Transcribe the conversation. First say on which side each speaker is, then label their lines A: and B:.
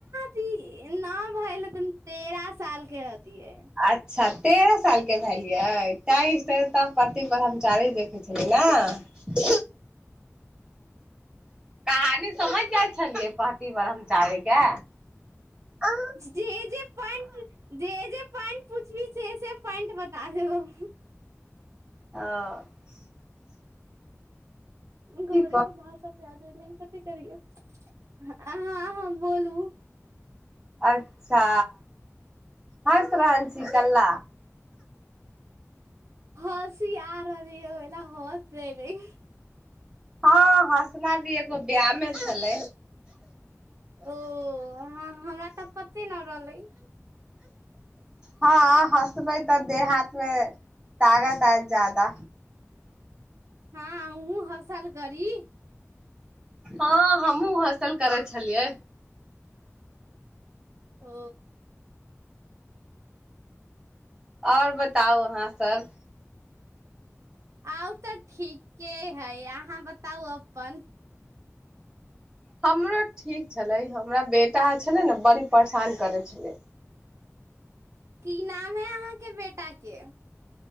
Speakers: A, on the right (about 70°); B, on the right (about 15°).
A: कि नाय भल त तेरा सालकेती हेतीये
B: अच्छा तेरह साल के भेलियै ताहि से त पति ब्रह्मचारी देखे छलै न खाली समझ जाइ छलियै पति ब्रह्मचारी के ओ
A: जे जे पैंट जे जे पैंट पूछी से से पैंट बता देबो
B: आओ
A: गोड़े
B: कह
A: के भा सब पे आ जा अहाँ आबु बोलू
B: अच्छा हँस रहल छी कल्ला
A: हसी आर रहल एला हस रहे र
B: हँ हँसना भी एगो ब्याने छलै
A: ओ हमरा तऽ पते न रहलै
B: हँ हसबै तऽ देह हाथमे ताकत आब ज्यादा
A: हँ हूँ हसल करी
B: हँ हमहु हसल करय छलियै
A: ओ
B: आओर बताउ अहाँ सब
A: आउ तऽ ठीके हइ अहाँ बताउ अपन
B: हमरो ठीक छलै हमरा बेटा छलै ने बड़ी परेशान करै छलै
A: की नाम है अहाँके बेटी टाके